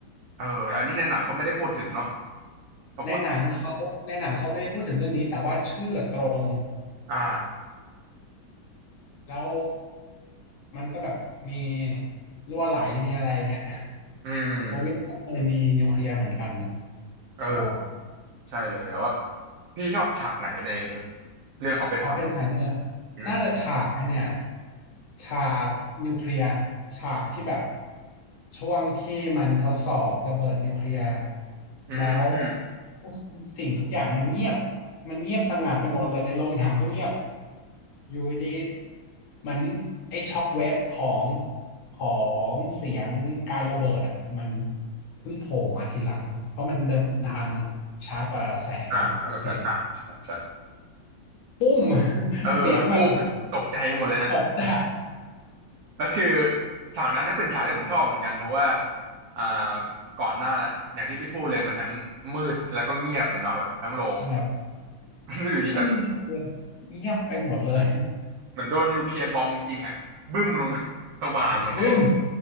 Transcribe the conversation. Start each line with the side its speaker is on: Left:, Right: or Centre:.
Right: เอออันนี้ในหนังเขาไม่ได้พูดถึงเนาะเขาพูด
Left: ในหนังเขาในหนังเขาไม่ได้พูดถึงเรื่องนี้แต่ว่าชื่อตรง
Right: อ่า
Left: แล้วมันก็แบบมีรั่วไหลมีอะไรอย่างเงี้ย <laughs>
Right: อืม
Left: โซเวียตก็เคยมีนิวเคลียร์เหมือนกัน
Right: เออ
Left: อ๋อ
Right: ใช่เลยแต่ว่าพี่ชอบฉากไหนในเรื่องออปเพนไฮเมอร์
Left: ออปเพนไฮเมอร์
Right: อืม
Left: น่าจะฉากไอเนี่ยฉากนิวเคลียร์ฉากที่แบบช่วงที่มันทดสอบระเบิดนิวเคลียร์
Right: อื
Left: แล้วทุกสิ่งทุกอย่างมันเงียบมันเงียบสงัดไปหมดเลยโรงหนังก็เงียบอยู่ดีๆเหมือนไอ้ช็อคเวฟของของเสียงการระเบิดอ่ะมันเพิ่งโผล่มาทีหลังเพราะมันเดินทาง
Right: ม
Left: ช้ากว่าแสงเนาะเสียง
Right: อ่าแล้วก็ใส่อ่าใช่ใช่
Left: ปุ้ม <laughs>
Right: เออตู้
Left: เสียงแบบ
Right: ตกใจหมดเลยนะ
Left: ตกใจ
Right: แล้วคือฉากนั้นก็เป็นฉากที่ผมชอบเหมือนกันเพราะว่าอ่าก่อนหน้าอย่างที่พี่พูดเลยมันทั้งมืดแล้วก็เงียบเลยเนาะแบบทั้งโรง
Left: แบบ
Right: <laughs> แล้วอยู่ดีก็
Left: ไม่มีเลยเงียบไปหมดเลย
Right: เหมือนโดนนิวเคลียร์บอมจริงๆอ่ะบึ้มลง <laughs>
Left: <laughs>
Right: สว่างหมดเลย
Left: แบบบึ้ม